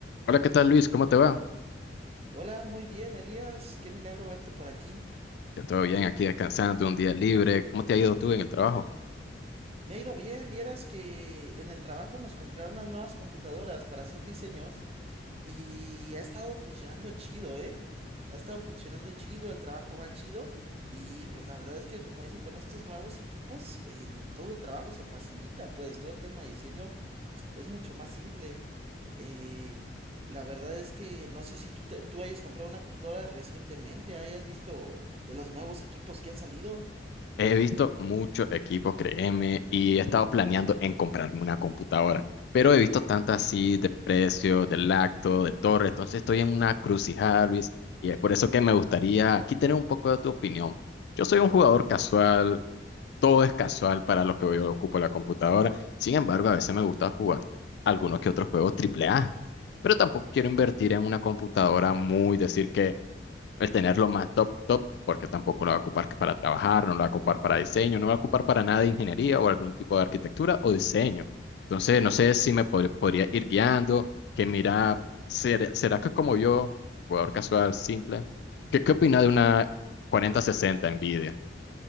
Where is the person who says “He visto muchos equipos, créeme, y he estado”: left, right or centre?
Left